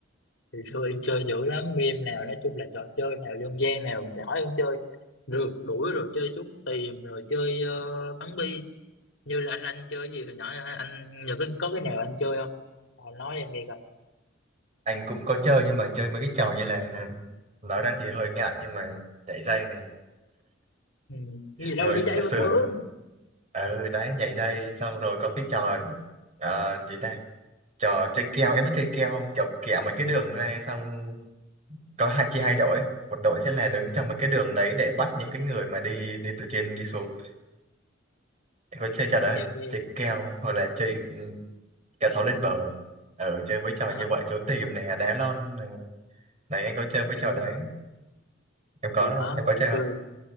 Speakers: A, on the left (about 80°); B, on the right (about 40°).
A: hồi xưa em chơi dữ lắm game nào nói chung là trò chơi nào dân gian nào giỏi em chơi rượt đuổi rồi chơi trốn tìm rồi chơi ờ, bắn bi như là anh anh chơi gì hồi nhỏ anh, anh nhớ cái, có cái nào anh chơi không à, nói em nghe coi
B: anh cũng có chơi nhưng mà chơi mấy cái trò như là <laughs> nói ra thì hơi ngại nhưng mà nhảy dây nè
A: ừ. Cái gì đâu
B: anh hồi
A: chỉ vậy
B: xưa
A: bình thường
B: ừ đấy nhảy dây xong rồi có cái trò ờ, gì ta trò chơi keo em biết chơi keo không kiểu kẹo mấy cái đường ra xong có hai chia hai đội một đội sẽ là đứng trong một cái đường đấy để bắt những cái người mà đi đi từ trên đi xuống Em có chơi trò đấy
A: em nghe
B: chơi kèo hoặc là chơi ừ, cả sáu lên bờ ừ, chơi mấy trò
A: à,
B: như vậy trốn tìm này đá lon này này anh có chơi mấy
A: thì
B: trò
A: đúng
B: đấy
A: rồi
B: em
A: thì
B: có đúng
A: đó
B: không em có
A: hồi
B: chơi
A: xưa
B: không